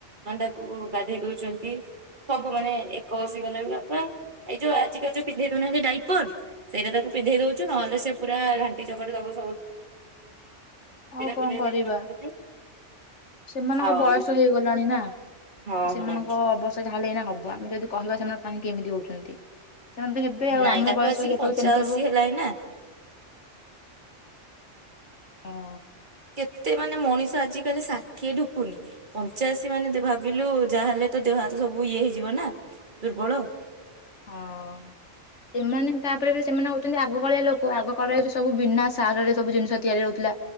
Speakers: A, on the right; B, on the left.
A: ମାନେ ତାକୁ ଗାଧେଇ ଦଉଛନ୍ତି ସବୁ ମାନେ ଏକ ବସିଗଲେ ବି ବାପା ଏଇ ଯୋଉ ଆଜିିକାଲି ଯୋଉ ପିନ୍ଧେଇ ଦେଉନାହିଁନ୍ତି ଡାଇପର୍ ସେଇଟା ତାକୁ ପିନ୍ଧେଇ ଦଉଚୁ ନହେଲେ ସେ ପୁରା ଘାଣ୍ଟି ଚକ୍। <unintelligible>
B: ହଉ କଣ
A: ପିନ୍ଧେଇ
B: କରିବା
A: ଦେଇକି ରଖୁଛୁ
B: ସେମାନଙ୍କ
A: ଆଉ
B: ବୟସ ହେଇଗଲାଣି ନା
A: ହଁ
B: ସେମାନଙ୍କ
A: ହଁ।
B: ଅବସ୍ତା ଯାହା ହେଲେ ହେଇନା ହବ। ଆମେ ଯଦି କହିବା ସେମାନେ କାହିଁ ଏମିତି ହଉଛନ୍ତି। ସେମାନେ ତ ହେବେ ଆଉ
A: ନାଇଁ
B: ଆମ
A: ତାକୁ
B: ବୟସ
A: ଆସିକି
B: ଯେତେବେଳେ
A: ପଞ୍ଚାଅଶୀ
B: ସେମିତି ହବ
A: ହେଲାଣିି ନା
B: ହଁ
A: କେତେ ମାନେ ମଣିଷ ଆଜିକାଲି ଷାଠିଏ ଢୁକୁନି ପଞ୍ଚାଅଶୀ ମାନେ ଭାବିଲୁ ଯାହାହଲେ ତ ଦେହ ହାତ ସବୁ ଇଏ ହେଇଯିବ ନା ଦୁର୍ବଳ।
B: ହଁ ସେମାନେ ତାପରେ ବି ସେମାନେ ହଉଛନ୍ତି ଆଗକାଳିଆ ଲୋକ ଆଗ କାଳୀଆ ସବୁ ବିନା ସାରରେ ସବୁ ଜିନିଷ ତିଆରି ହଉଥିଲା